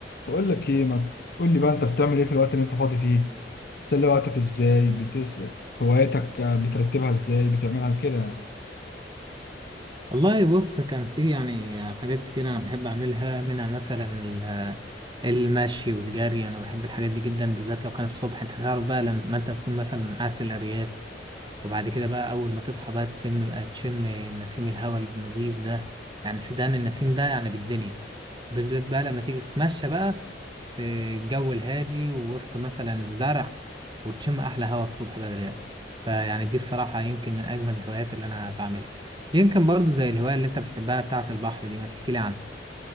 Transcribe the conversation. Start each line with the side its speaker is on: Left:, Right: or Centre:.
Left: بقول لك ايه ما تقول لي بقى انت بتعمل ايه في الوقت اللي انت فاضي فيه بتسلي وقتك ازاي بتس هواياتك آه، بترتبها ازاي بتعملها كده يعني
Right: والله بص كان في يعني حاجات كتير انا بحب اعملها منها مثلا ال- المشي والجري انا بحب الحاجات دي جدا بالذات لو كان الصبح انت تعرف بقى لما انت تكون مثلا قاعد في الارياف وبعد كده بقى اول ما تصحى بقى تسم بقى تشم نسيم الهواء النظيف ده يعني سدان النسيم ده يعني بالدنيا بالذات بقى لما تيجي تتمشى بقى في الجو الهادي ووسط مثلا الزرع وتشم أحلى هوا الصبح بدري ده فيعني دي الصراحة يمكن من أجمل الهوايات اللي أنا بعملها يمكن برضو زي الهواية اللي أنت بتحبها بتاعة البحر دي ما تحكيلي عنها